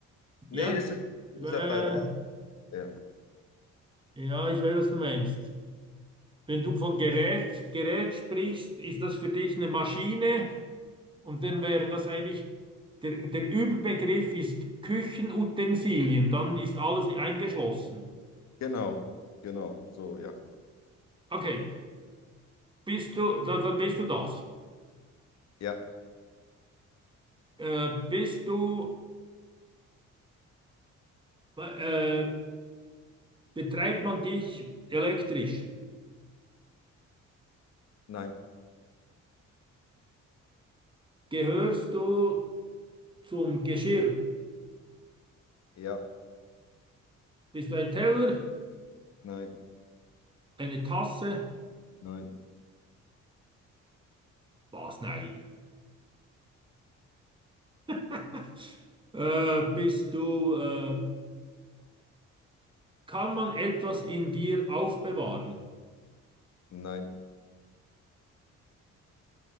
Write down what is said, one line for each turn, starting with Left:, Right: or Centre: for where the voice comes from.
Left: Nee,
Right: ja,
Left: ist okay. Ich
Right: äh,
Left: sag da, da. Ja.
Right: ja, ich weiß, was du meinst. Wenn du von Gerät, Gerät sprichst, ist das für dich eine Maschine? Und dann wären das eigentlich, der, der Überbegriff ist Küchenutensilien, dann ist alles eingeschlossen.
Left: Genau, genau, so, ja.
Right: Okay, bist du, da, da bist du das.
Left: Ja,
Right: Äh, bist du, äh, betreibt man dich elektrisch?
Left: nein,
Right: Gehörst du zum Geschirr?
Left: ja,
Right: Bist du ein Teller,
Left: nein,
Right: eine Tasse?
Left: nein,
Right: Was? Nein. <laughs> Äh, bist du, äh, kann man etwas in dir aufbewahren?
Left: nein.